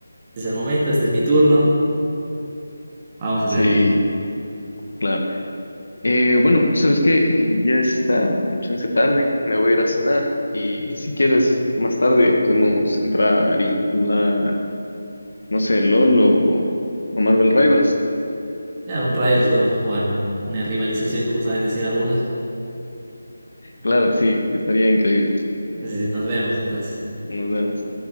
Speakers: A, on the right; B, on the left.
A: es el momento, este es mi turno, vamos a hacerlo,
B: Sí,
A: ¿no?
B: claro. Eh, bueno, ¿sabes qué? Eh, ya está en chance tarde, me voy a ir a cenar y si quieres, más tarde podemos entrar y jugar, no sé, LOL o, o Marvel Rivals.
A: Claro, un Rivals podemos jugar, ¿no? Una rivalización, como saben decir algunos.
B: Claro, sí, estaría increíble.
A: Así, Nos vemos entonces.
B: Nos vemos.